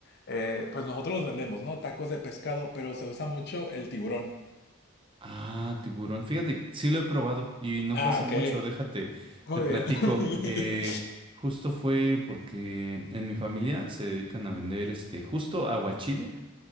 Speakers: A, on the left (about 50°); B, on the right (about 25°).
A: eh, pues nosotros los vendemos, ¿no? Tacos de pescado, pero se usa mucho el tiburón.
B: Ah, tiburón. Fíjate, sí lo he probado y no
A: Ah,
B: fue hace
A: ok.
B: mucho, déjate,
A: Muy
B: te platico.
A: bien. <laughs>
B: Eh, justo fue porque en mi familia se dedican a vender este, justo aguachile.